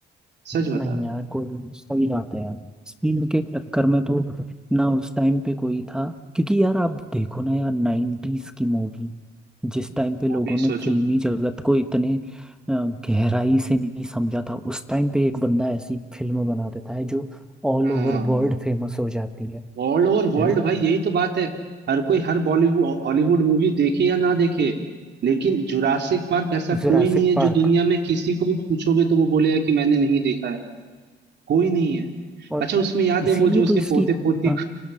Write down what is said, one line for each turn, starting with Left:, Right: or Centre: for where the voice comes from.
Right: सच बता
Centre: नहीं
Right: रहा हूँ
Centre: यार कोई सही बात है यार स्पीड के चक्कर में तो ना उस टाइम पे कोई था क्योंकि यार आप देखो ना यार नाइन्टीज की मूवी जिस टाइम पे लोगों
Right: वो भी
Centre: ने
Right: सोचो
Centre: फिल्मी जगत को इतने अ, गहराई से नहीं समझा था उस टाइम पे एक बंदा ऐसी फिल्म बना देता है जो ऑल
Right: हाँ
Centre: ओवर वर्ल्ड फेमस हो जाती है
Right: ऑल ओवर वर्ल्ड
Centre: है ना
Right: भाई यही तो बात है हर कोई हर बॉलीवुड हॉलीवुड मूवी देखे या ना देखे लेकिन जुरासिक पार्क ऐसा
Centre: Jurassic
Right: कोई नहीं है
Centre: park
Right: जो दुनिया में किसी को भी पूछोगे तो वो बोलेगा कि मैंने नहीं देखा है कोई नहीं है
Centre: और
Right: अच्छा उसमें याद
Centre: इसीलिए
Right: है वो जो उसके
Centre: तो इसकी
Right: पोते पोती
Centre: हाँ